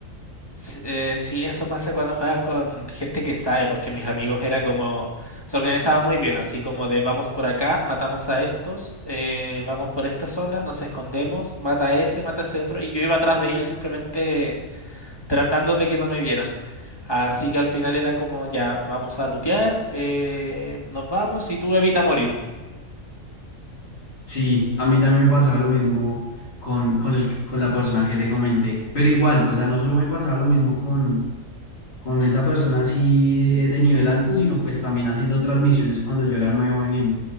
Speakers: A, on the left (about 20°); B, on the left (about 50°).
A: s- eh, sí, eso pasa cuando juegas con gente que sabe, porque mis amigos era como, se organizaba muy bien, así como de vamos por acá, matamos a estos, eh, vamos por esta zona, nos escondemos, mata a ese, mata a ese otro, y yo iba atrás de ellos simplemente tratando de que no me vieran. Así que al final era como, ya, vamos a lootear, eh, nos vamos y tú evita morir.
B: Sí, a mí también me pasaba lo mismo con, con, el, con la persona que te comenté. Pero igual, o sea, no solo me pasaba lo mismo con con esa persona así de, de nivel alto, sino pues también haciendo transmisiones cuando yo era nuevo en el,